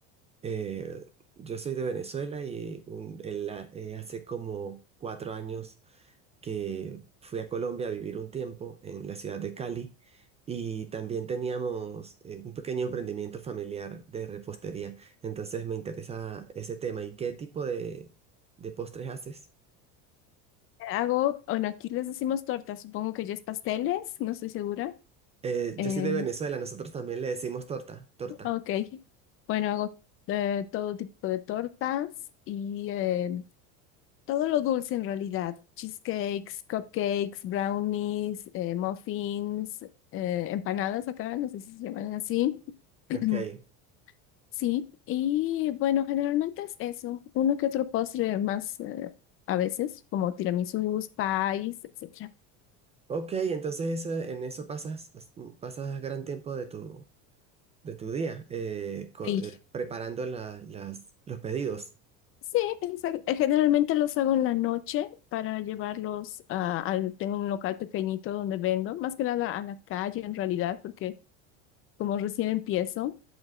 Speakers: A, on the right; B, on the left.
A: eh, yo soy de Venezuela y un- el- la- eh, hace como cuatro años que fui a Colombia a vivir un tiempo en la ciudad de Cali y también teníamos eh, un pequeño emprendimiento familiar de repostería. Entonces me interesa ese tema. ¿Y qué tipo de, de postres haces?
B: Hago, bueno, aquí les decimos tortas, supongo que ya es pasteles, no estoy segura.
A: Eh,
B: Eh,
A: yo soy de Venezuela, nosotros también le decimos torta, torta.
B: Ok, bueno, hago eh, todo tipo de tortas y eh, todo lo dulce en realidad, cheesecakes, cupcakes, brownies, eh, muffins, eh, empanadas acá, no sé si se llaman así. <clears throat>
A: Ok.
B: Sí, y bueno, generalmente es eso, uno que otro postre más eh, a veces, como tiramisús, pies, etcétera.
A: Ok, entonces eso- en eso pasas, as- mm, pasas gran tiempo de tu, de tu día eh, co-
B: Sí.
A: eh, preparando la- las, los pedidos.
B: Sí, exa- generalmente los hago en la noche para llevarlos a, al, tengo un local pequeñito donde vendo, más que nada a la calle en realidad, porque como recién empiezo,